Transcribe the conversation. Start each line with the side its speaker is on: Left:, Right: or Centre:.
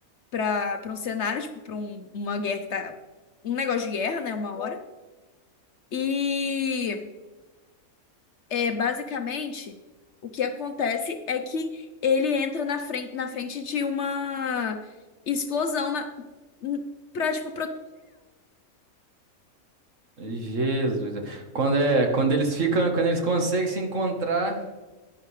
Left: pra, pra um cenário, tipo, pra um- uma guerra que tá. Um negócio de guerra, né? Uma hora. E é, basicamente o que acontece é que ele entra na frente, na frente de uma explosão na, n- pra, tipo,
Right: Jesus. é. Quando é, quando eles ficam, quando eles conseguem se encontrar,